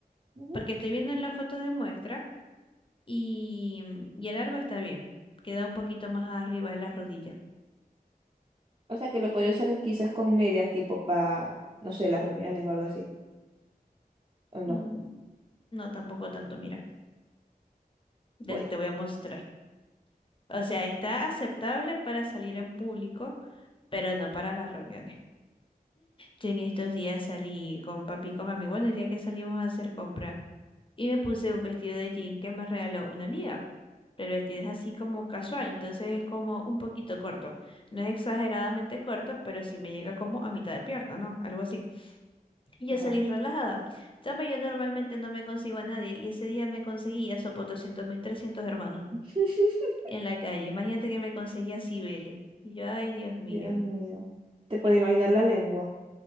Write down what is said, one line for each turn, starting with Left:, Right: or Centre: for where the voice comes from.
Right: ujú.
Left: porque estoy viendo en la foto de muestra y, y el largo está bien. Queda un poquito más arriba de la rodilla.
Right: O sea que lo podría usar quizás con medias tipo para, no sé, las reuniones o algo así. ¿O
Left: Mm,
Right: no?
Left: No, tampoco tanto, mira,
Right: Voy.
Left: te te voy a mostrar. O sea, está aceptable para salir en público, pero no para las reuniones. Yo en estos días salí con papi y con mami, bueno, el día que salimos a hacer compra, y me puse un vestido de jean que me regaló una amiga, pero el vestido es así como casual, entonces es como un poquito corto, no es exageradamente corto, pero sí me llega como a mitad de pierna, ¿no? Algo así. Y yo
Right: Ajá.
Left: salí relajada. También yo normalmente no me consigo a nadie, y ese día me conseguí a Sopo 200 mil 300 hermanos
Right: <laughs>
Left: en la calle, imagínate que me conseguí a Cibele, y yo, ay Dios mío,
Right: Dios mío. ¿Te puedes imaginar la lengua?